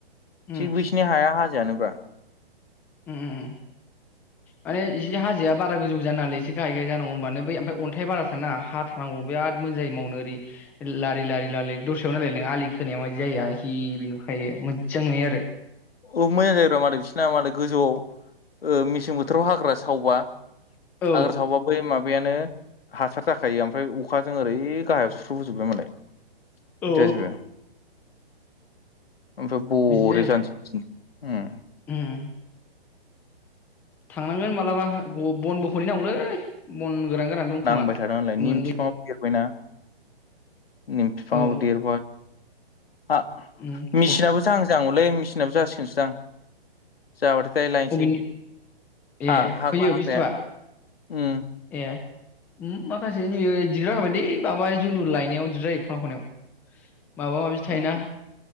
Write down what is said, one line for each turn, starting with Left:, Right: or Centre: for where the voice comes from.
Centre: उम
Left: थिग बैसिनि हाया हाजोयानोब्रा।
Centre: उम उम उम माने जि हाजोआ बारा गोजौ जानांयालै एसे गाहाय गाहाय जानांगौ होमबानो बै ओमफाय अन्थाइ बारा थानाङा। आंबो बिराद मोजां जायो मावनो ओरै। लारि लारि लालि दसेयाव नायलाय नों आलि खोनाया मायदि जायोआ हिबि नुखायो मोज्जां नुयो आरो।
Left: औ मोजां जायोब्रा मादै बिसोरना मादै गोजौआव ओ मेसें बोथोराव हाग्रा सावबा।
Centre: औ
Left: हाग्रा सावबा बै माबायानो हासार जाखायो ओमफ्राय अखाजों ओरै गाहायाव सुस्रबोजोबो मालाय।
Centre: औ
Left: जाजोबो? ओमफ्राय बरिया
Centre: बिदि जायोब्रा
Left: जानोसै बिदिनो उम।
Centre: उम। थांनांगोन मालाबाअ बनबो खनै नांगौलै बन गोरान गोरान दं
Left: नांबाय
Centre: खोमा
Left: थादों नालाय निम
Centre: मोनबोयो
Left: बिफाङाव देरबायना निम बिफाङाबो
Centre: औ
Left: देरबाय। आ
Centre: उम हर-
Left: मेचिनाबो जाहां जाहां मोनलै मेचिनाबो जासिगोनसो दां। जाबाथाय दाहाय लायसै
Centre: अबेनि ए
Left: हा हाग्रा
Centre: फैयो
Left: हाग्राया
Centre: बुस्थुआ
Left: उम।
Centre: ए उम माखासे नैबे दिरजाखाबाय लै माबाय जोलुर लायनायाव दिरजायो खना खनायाव। माबा माबि थायोना।
Left: उम